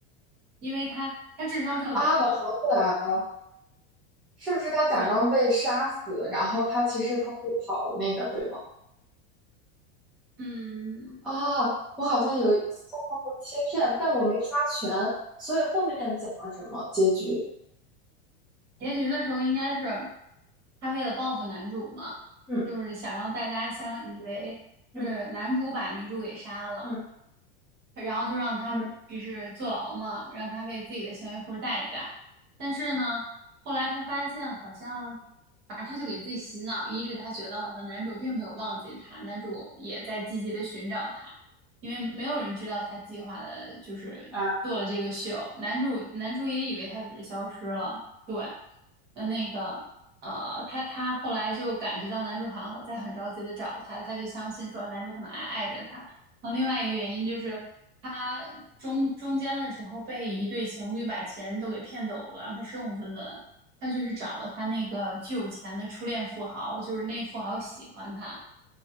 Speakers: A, on the right; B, in the centre.
A: 因为他他智商特别高。
B: 哦啊，我想起来了，是不是他假装被杀死，
A: 对，
B: 然后他其实偷偷跑了那个，对吗？
A: 嗯，
B: 啊，我好像有遭到过切片，
A: 他
B: 但我没刷全，所以后面讲了什么结局？
A: 结局的时候应该是他为了报复男主嘛，
B: 嗯
A: 就是想让大家相以为是男主把女主给杀了，
B: 嗯嗯
A: 然后就让他就是坐牢嘛，
B: 嗯
A: 让他为自己的行为付出代价。但是呢，后来他发现好像，反正他就给自己洗脑，一是他觉得好像男主并没有忘记他，男主也在积极的寻找他，因为没有人知道他计划的就是做了这个秀，
B: 啊
A: 男主男主也以为他只是消失了，对，呃，那个。呃，他他后来就感觉到男主好像在很着急的找他，他就相信说男主可能还爱着他，然后另外一个原因就是他中中间的时候被一对情侣把钱都给骗走了，让他身无分文。他就去找了他那个巨有钱的初恋富豪，就是那富豪喜欢他，